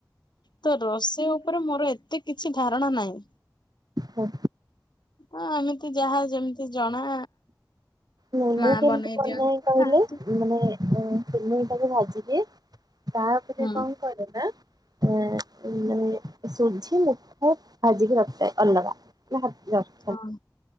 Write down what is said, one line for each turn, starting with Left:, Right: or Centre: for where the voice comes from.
Left: ତ ରୋଷେଇ ଉପରେ ମୋର ଏତେ କିଛି ଧାରଣା ନାହିଁ।
Right: ହୁ।
Left: ହଁ ଏମିତି ଯାହା ଯେମିତି ଜଣା
Right: ନାଇ
Left: ମା
Right: ମୁଁ କେମତି
Left: ବନେଇ
Right: ବନାଏ
Left: ଦିଅନ୍ତି
Right: କହିଲେ
Left: ଖାଆନ୍ତି
Right: ମାନେ ମୁଁ ସିମେଇ ଟାକୁ ଭାଜିଦିଏ ତାପରେ
Left: ହୁଁ
Right: କଣ କରେ ନା? ଅ ମାନେ ସୁଜି ମୁଠାଏ ଭାଜିକିି ରଖିଥାଏ ଅଲଗା। <unintelligible>
Left: ହଁ